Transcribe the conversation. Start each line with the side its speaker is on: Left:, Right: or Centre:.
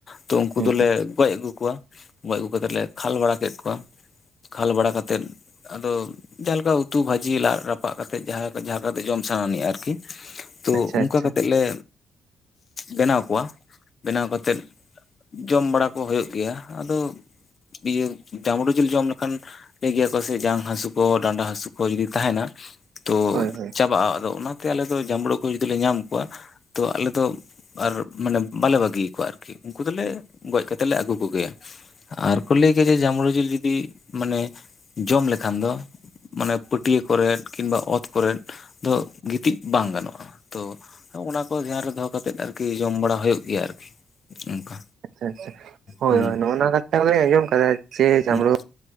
Left: ᱛᱚ ᱩᱱᱠᱩ
Right: ᱦᱮᱸ
Left: ᱫᱚᱞᱮ ᱜᱚᱡ ᱟᱹᱜᱩ ᱠᱚᱣᱟ ᱜᱚᱡ ᱟᱹᱜᱩ ᱠᱟᱛᱮᱜ ᱞᱮ ᱠᱷᱟᱞ ᱵᱟᱲᱟ ᱠᱮᱫ ᱠᱚᱣᱟ, ᱠᱷᱟᱞ ᱵᱟᱲᱟ ᱠᱟᱛᱮᱫ ᱟᱫᱚ ᱡᱟᱦᱟ ᱞᱮᱠᱟ ᱩᱛᱩ ᱵᱷᱟᱹᱡᱤ ᱞᱟᱫ ᱨᱟᱯᱟᱜ ᱠᱟᱛᱮᱜ ᱡᱟᱦᱟᱸ ᱠᱟᱛᱮ ᱡᱚᱢ ᱥᱟᱱᱟ ᱟᱨᱠᱤ᱾ ᱛᱚ
Right: ᱟᱪᱪᱷᱟ
Left: ᱚᱱᱠᱟ
Right: ᱟᱪᱪᱷᱟ
Left: ᱠᱟᱛᱮᱜ ᱞᱮ ᱵᱮᱱᱟᱣ ᱠᱚᱣᱟ ᱵᱮᱱᱟᱣ ᱠᱟᱛᱮᱫ ᱡᱚᱢ ᱵᱟᱲᱟ ᱠᱚ ᱦᱳᱭᱳᱜ ᱜᱮᱭᱟ᱾ ᱟᱫᱚ ᱤᱭᱟᱹ ᱡᱟᱸᱢᱵᱽᱲᱳ ᱡᱤᱞ ᱡᱚᱢ ᱠᱷᱟᱱ ᱞᱟᱹᱭ ᱜᱮᱭᱟ ᱠᱚ ᱥᱮ ᱡᱟᱝ ᱦᱟᱹᱥᱩ ᱠᱚ ᱰᱟᱸᱰᱟ ᱦᱟᱹᱥᱩ ᱠᱚ ᱡᱩᱫᱤ ᱛᱟᱦᱮᱱᱟ᱾ ᱛᱚ
Right: ᱦᱳᱭ ᱦᱳᱭ
Left: ᱪᱟᱵᱟᱜᱼᱟ᱾ ᱟᱫᱚ ᱚᱱᱟᱛᱮ ᱟᱞᱮ ᱫᱚ ᱡᱟᱸᱢᱵᱽᱲᱳ ᱠᱚ ᱡᱩᱫᱤ ᱞᱮ ᱧᱟᱢ ᱠᱚᱣᱟ ᱛᱚ ᱟᱞᱮ ᱫᱚ ᱟᱨ ᱢᱟᱱᱮ ᱵᱟᱞᱮ ᱵᱟᱹᱜᱤ ᱟᱠᱚᱣᱟ ᱟᱨᱠᱤ ᱩᱱᱠᱩ ᱫᱚᱞᱮ ᱜᱚᱡ ᱠᱟᱛᱮ ᱞᱮ ᱟᱹᱜᱩ ᱠᱚᱜᱮᱭᱟ᱾ ᱟᱨ ᱠᱚ ᱞᱟᱹᱭ ᱜᱮᱭᱟ ᱡᱮ ᱡᱟᱸᱢᱵᱽᱲᱳ ᱡᱤᱞ ᱡᱚᱫᱤ ᱢᱟᱱᱮ ᱡᱚᱢ ᱞᱮᱠᱷᱟᱱ ᱫᱚ ᱢᱟᱱᱮ ᱯᱟᱹᱴᱭᱟᱹ ᱠᱚᱨᱮᱫ ᱠᱤᱱᱵᱟ ᱚᱛ ᱠᱚᱨᱮᱫ ᱫᱚ ᱜᱤᱛᱤᱡ ᱵᱟᱝ ᱜᱟᱱᱚᱜᱼᱟ᱾ ᱛᱚ ᱚᱱᱟ ᱠᱚ ᱫᱷᱮᱭᱟᱱ ᱨᱮ ᱫᱚᱦᱚ ᱠᱟᱛᱮᱜ ᱟᱨᱠᱤ ᱡᱚᱢ ᱵᱟᱲᱟ ᱦᱳᱭᱳᱜ ᱜᱮᱭᱟ ᱟᱨᱠᱤ ᱚᱱᱠᱟ
Right: ᱟᱪᱪᱷᱟ ᱟᱪᱪᱷᱟ ᱦᱳᱭ
Left: ᱦᱩᱸ
Right: ᱦᱳᱭ ᱱᱚᱜᱚ ᱱᱚᱣᱟ ᱠᱟᱛᱷᱟ ᱦᱚᱞᱤᱧ ᱟᱡᱚᱢ ᱟᱠᱟᱫᱟ ᱡᱮ ᱡᱟᱸᱢᱵᱽᱲᱳ
Left: ᱦᱩᱸ